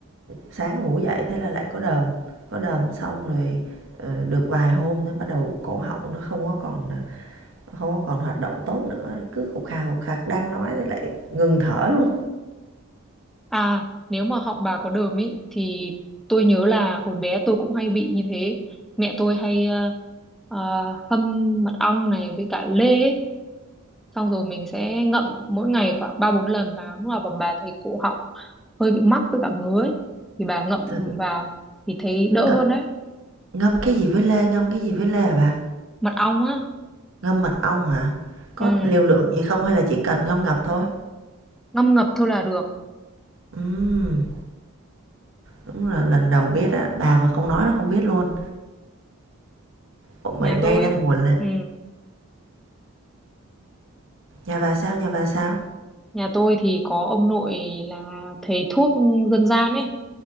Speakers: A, on the right; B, in the centre.
A: sáng ngủ dậy thế là lại có đờm, có đờm xong rồi, ờ, được vài hôm thế bắt đầu cổ họng nó không có còn, à, không có còn hoạt động tốt nữa, cứ khục khà, khục khạc đang nói thì lại ngừng thở luôn.
B: À, nếu mà họng bà có đờm ý thì tôi nhớ là hồi bé tôi cũng hay bị như thế. Mẹ tôi hay ờ, ờ, hâm mật ong này với cả lê ấy. xong rồi mình sẽ ngậm mỗi ngày khoảng ba bốn lần vào lúc nào mà bà thấy cổ họng hơi bị mắc với cả ngứa ấy, thì bà ngậm
A: Th
B: vào thì thấy đỡ
A: th
B: hơn đấy
A: ngâm cái gì với lê, ngâm cái gì với lê hả bà?
B: mật ong á
A: Ngâm mật ong hả? Có
B: ừ,
A: liều lượng gì không hay là chỉ cần ngâm ngập thôi?
B: ngâm ngập thôi là được
A: Ừm, đúng là lần đầu biết á, bà mà không nói là không biết luôn. Ủa, mà
B: nhà
A: ngay
B: tôi
A: đang buồn lê
B: ừ,
A: nhà bà sao, nhà bà sao?
B: nhà tôi thì có ông nội là thầy thuốc dân gian ấy